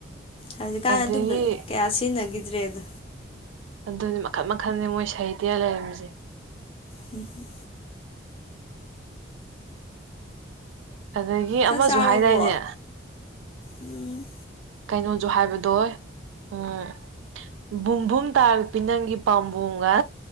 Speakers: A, on the left (about 30°); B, on the right (about 80°).
A: ꯍꯧꯖꯤꯛꯀꯥꯟ
B: ꯑꯗꯒꯤ
A: ꯑꯗꯨꯝꯕ ꯀꯌꯥ ꯁꯤꯖꯤꯟꯅꯈꯤꯗ꯭ꯔꯦꯗ
B: ꯑꯗꯨꯅꯦ ꯃꯈꯟ ꯃꯈꯜꯅꯤ ꯃꯣꯏ ꯁꯩꯗꯦ ꯂꯩꯔꯝꯃꯤꯁꯦ
A: ꯍꯝ ꯍꯨꯝ
B: ꯑꯗꯒꯤ
A: ꯆꯥꯛ
B: ꯑꯃꯁꯨ
A: ꯆꯥꯔꯕꯣ
B: ꯍꯥꯏꯗꯥꯏꯅꯦ
A: ꯎꯝ
B: ꯀꯩꯅꯣꯁꯨ ꯍꯥꯏꯕꯗꯣ ꯎꯝ ꯕꯨꯝꯕꯨꯝ ꯇꯥꯔꯛꯄꯤ ꯅꯪꯒꯤ ꯄꯥꯝꯕꯣꯒ